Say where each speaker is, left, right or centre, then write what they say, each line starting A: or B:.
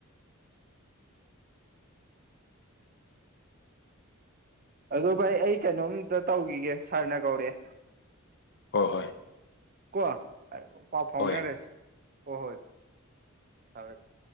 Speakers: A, on the right; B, on the left.
A: ꯑꯗꯨ ꯚꯥꯏ ꯑꯩ ꯀꯩꯅꯣꯝꯇ ꯇꯧꯒꯤꯒꯦ ꯁꯥꯔꯅ ꯀꯧꯔꯛꯑꯦ
B: ꯍꯏ ꯍꯣꯏ
A: ꯀꯣ ꯑ ꯄꯥꯎ ꯐꯥꯎꯅꯔꯁꯤ
B: ꯍꯣꯏ
A: ꯍꯣ ꯍꯣꯏ <unintelligible>